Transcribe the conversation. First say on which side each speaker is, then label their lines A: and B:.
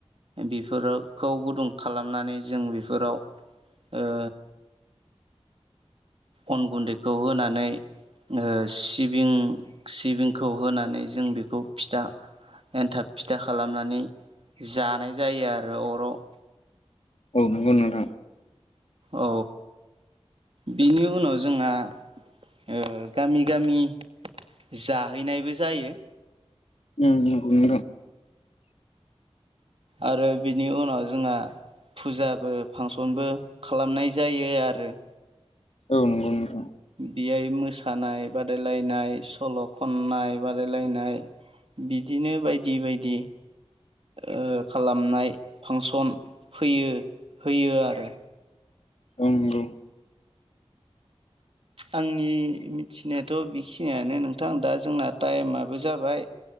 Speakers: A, on the right; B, on the left.
A: बेफोरखौ गुदुं खालामनानै जों बेफोराव ओ अन गुन्दैखौ होनानै ओ सिबिं सिबिंखौ होनानै जों बेखौ फिथा एन्थाब फिथा खालामनानै जानाय जायो आरो अराव
B: औ नंगौ नोंथां।
A: औ बिनि उनाव जोंहा ओ गामि गामि जाहैनायबो जायो।
B: उम उम नंगौ।
A: आरो बिनि उनाव जोंहा फुजाबो फांसनबो खालामनाय जायो आरो
B: औ नंगौ नंगौ।
A: बेहाय मोसानाय बादायलायनाय सल' खननाय बादायलायनाय बिदिनो बायदि बायदि। ओ खालामनाय फांसन फैयो होयो आरो
B: औ नंगौ।
A: आंनि मिथिनायाथ' बेखिनियानो नोंथां दा जोंना टाइमाबो जाबाय